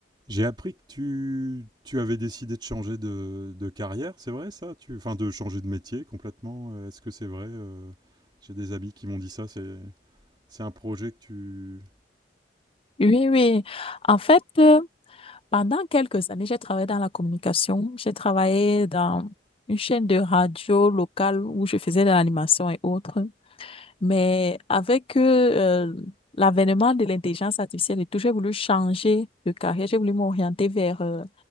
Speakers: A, on the right; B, on the left.
A: J'ai appris que tu, tu avais décidé de changer de, de carrière, c'est vrai ça tu, Enfin, de changer de métier complètement. euh, Est-ce que c'est vrai euh, J'ai des amis qui m'ont dit ça. C'est, c'est un projet que tu.
B: Oui, oui. En fait, euh, pendant quelques années, j'ai travaillé dans la communication. J'ai travaillé dans une chaîne de radio locale où je faisais de l'animation et autres. Mais avec euh, euh, l'avènement de l'intelligence artificielle et tout, j'ai voulu changer de carrière. J'ai voulu m'orienter vers euh,